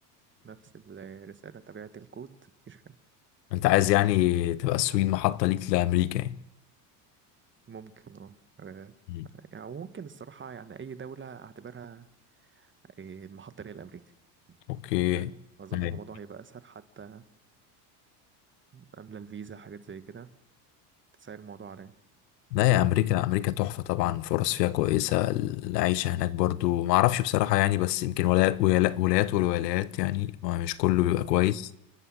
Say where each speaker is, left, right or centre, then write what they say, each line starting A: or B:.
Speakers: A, on the right (about 25°); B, on the left (about 90°).
A: نفس الرسالة تبعت الكود مفيش حاجة.
B: انت عايز يعني تبقى السويد محطة ليك لأمريكا يعني
A: ممكن اه آه،
B: مم.
A: يعني ممكن الصراحة يعني أي دولة أعتبرها إيه، المحطة اللي هي أمريكا
B: اوكي
A: فاهم أظن
B: أيوة.
A: الموضوع هيبقى أسهل حتى قبل الفيزا حاجات زي كده تسهل الموضوع عليا
B: لا يا امريكا امريكا تحفة طبعا فرص فيها كويسة العيشة هناك برضو ما اعرفش بصراحة يعني بس يمكن ولايات ولايات ولايات والولايات يعني ما مش كله بيبقى كويس
A: مم.